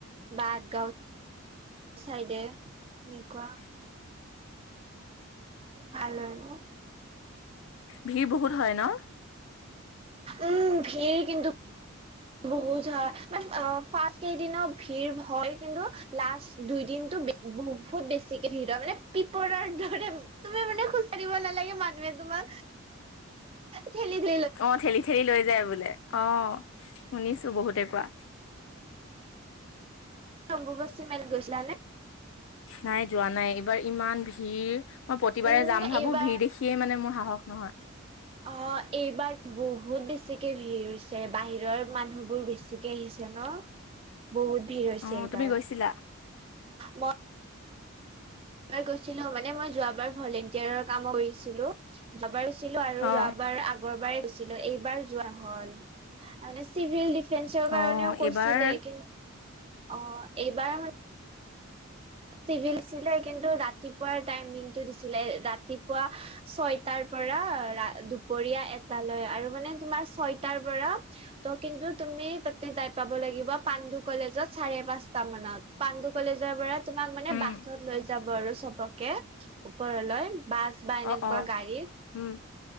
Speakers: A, on the right (about 25°); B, on the left (about 65°).
A: বাতগাঁও চাইডে এনেকুৱা
B: <inaudible>
A: ভাল হয় ন
B: ভিৰ বহুত হয় ন
A: উম ভিৰ কিন্তু বহুত হয় মান ফাৰ্ষ কেইদিনৰ ভিৰ হয় কিন্তু লাষ্ট দুই দিনতটো বে বহুত বেছিকে ভিৰ মানে পিপৰাৰ দৰে তুমি মানে খোজকাৰিব নালাগে মানুহে তোমাক ঠেলি দি
B: অ ঠেলি ঠেলি লৈ যায় বোলে অ শুনিছো বহুতে কোৱা
A: অম্বুবাচী মেলাত গৈছিলা নে
B: নাই যোৱা নাই এইবাৰ ইমান ভিৰ মই প্ৰতিবাৰে
A: উম
B: যাম ভাবো
A: এইবাৰ
B: ভিৰ দেখিয়ে মানে মোৰ সাহস নহয়
A: অ এইবাৰ বহুত বেছিকে ভিৰ হৈছে বাহিৰৰ মানুহ বোৰ বেছি বিকে আহিছে ন বহুত ভিৰ হৈছে
B: অ
A: এইবাৰ
B: তুমি গৈছিলা?
A: মই এবাৰ গৈছিলো মানে মই যোৱ বাৰ ভলেন্টিয়াৰৰ কাম কৰিছিলো যোৱাবাৰ গছিলো আৰু
B: অ
A: যোৱাবাৰ আগৰ বাৰে গৈ এইবাৰ যোৱা হ'ল মানে চিভিল দিফেন্সৰ কাৰণেও
B: অ
A: কৈছিলে
B: এইবাৰ
A: কিন্তু অ এইবাৰ মান চিভিলছিলে কিন্তু ৰাতিপুৱাৰ টাইমিংটো দিছিলে ৰাতিপুৱা ছয়টাৰ পৰা ৰা দুপৰীয়া এটালৈ আৰু মানে তোমাৰ ছয়টাৰ পৰা ত কিন্তু তুমি তাতে যাই পাব লাগিব পাণ্ডু কলেজত চাৰে পাঁচটা মানত পাণ্ডু কলেজৰ বাৰাত তোমাক মানে
B: উম
A: বাছত লৈ যাব আৰু চবকে ওপৰলৈ বাছ বা এনেকুৱা
B: অ অ
A: গাড়ী
B: উম